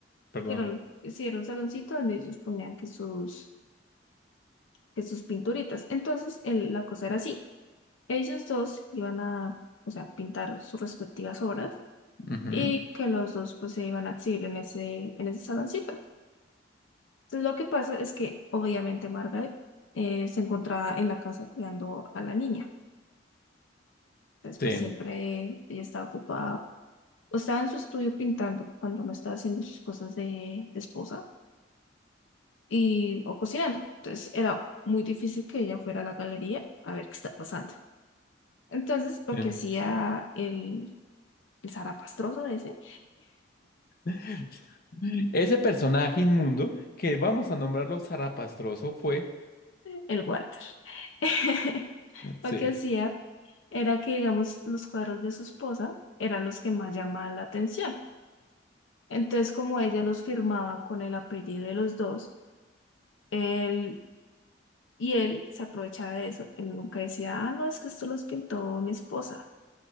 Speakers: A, on the left; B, on the left.
A: perdón.
B: Hicieron, hicieron un saloncito donde ellos ponían que sus, que sus pinturitas. Entonces el- la cosa era así. Ellos dos iban a, o sea, pintar sus respectivas obras
A: Ujú.
B: y que los dos pues se iban a exhibir en ese, en ese saloncito. Entonces lo que pasa es que obviamente Margaret eh, se encontraba en la casa cuidando a la niña. Entonces
A: Sí.
B: pues siempre ella estaba ocupada o estaba en su estudio pintando cuando no estaba haciendo sus cosas de, de esposa y o cocinando. Entonces era muy difícil que ella fuera a la galería a ver qué está pasando. Entonces lo
A: bien.
B: que hacía el, el zarapastroso ese
A: <laughs> Ese personaje inmundo que vamos a nombrarlo zarapastroso fue.
B: El water. <laughs> Lo
A: Sí,
B: que hacía era que, digamos, los cuadros de su esposa eran los que más llamaban la atención. Entonces, como ella los firmaba con el apellido de los dos, él y él se aprovechaba de eso. Él nunca decía, ah, no, es que esto los pintó mi esposa,